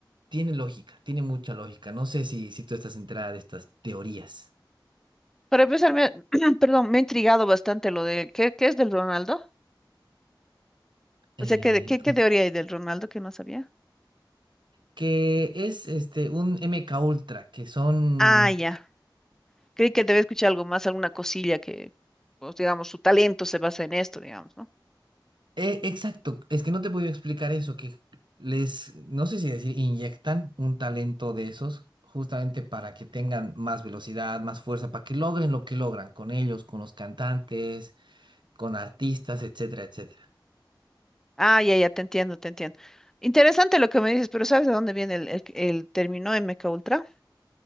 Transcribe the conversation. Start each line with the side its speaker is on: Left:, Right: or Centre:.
Right: tiene lógica, tiene mucha lógica. No sé si, si tú estás enterada de estas teorías.
Centre: para empezar, me, <clears throat> perdón, me ha intrigado bastante lo de, ¿qué, qué es del Ronaldo?
Right: eh,
Centre: O sea, ¿qué, de- qué, qué teoría hay del Ronaldo que no sabía?
Right: que es este un MK Ultra, que son
Centre: Ah, ya. Creí que debe escuchar algo más, alguna cosilla que, pues, digamos, su talento se basa en esto, digamos, ¿no?
Right: eh, exacto, es que no te puedo explicar eso, que les, no sé si decir, inyectan un talento de esos justamente para que tengan más velocidad, más fuerza, para que logren lo que logran con ellos, con los cantantes, con artistas, etcétera, etcétera.
Centre: Ah, ya, ya, te entiendo, te entiendo. Interesante lo que me dices, pero ¿sabes de dónde viene el, el, el término M K Ultra?